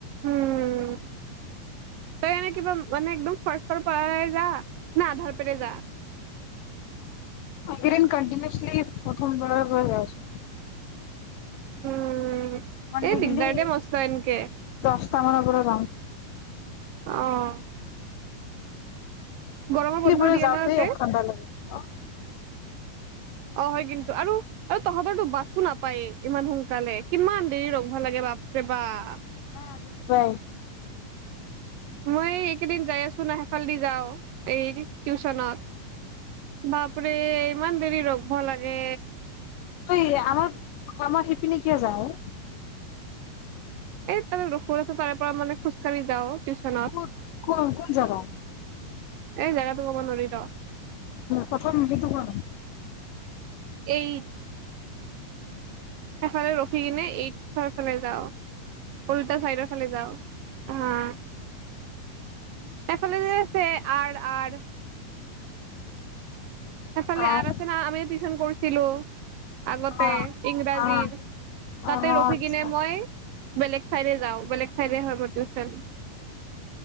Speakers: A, on the right (about 75°); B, on the left (about 75°).
A: উম। তই এনে কিবা মানে একদম ফ্ৰাষ্টৰ পৰাই যা, না আধাৰ পৰাই যা
B: এইকেইদিন কণ্টিনিয়াচলি প্ৰথমবাৰ আছ
A: উম
B: <unintelligible>
A: এই দিগদাৰ দে মস্ত এনকে
B: দচটা মানৰ পৰা যাওঁ।
A: অ'
B: <inaudible>
A: গৰমৰ
B: কি
A: বন্ধ
B: কৰোঁ,
A: দিয়ে
B: যাওঁতেই
A: ন তাতে
B: এক ঘণ্টা লাগে। অ'
A: অ' হয় কিন্তু, আৰু তহঁতৰতো বাচো নাপায় ইমান সোনকালে, কিমান দেৰি ৰ'ব লাগে বাপৰে বাপ!
B: নাই, আজিকালি যায়।
A: মই এই কেইদিন যাই আছ <unintelligible> ‌ সেফালদি যাওঁ। এই টিউচনত। বাপৰে, ইমান দেৰি ৰ'ব লাগে!
B: অই, আমাৰ, আমাৰ সেইপিনে কিয় যাৱ অ'?
A: এই তোৰ <unintelligible> পাৰে পাৰে মানে খোজকাঢ়ি যাওঁ, টিউচনত,
B: ক'ত ক কোন জাগা
A: এই জেগাটো কব নোৱাৰি ৰ।
B: প্ৰথম সেইটো কোৱা নাই
A: এইট সেইফালে ৰখি কেনে এইচ ফ'ৰ‌ ফালে যাওঁ। উল্টা সাইডৰ ফালে যাওঁ। অ', সেফালে যে আছে আৰ, আৰ সেইফালে
B: আহ
A: আৰ আছে না আমি টিউচন কৰিছিলো আগতে
B: আহ
A: ইংৰাজীৰ
B: আহ আহ
A: তাতে ৰখি
B: আচ্ছা
A: কিনে মই বেলেগ চাইডে যাওঁ বেলেগ চাইডে হ'ব টিউচন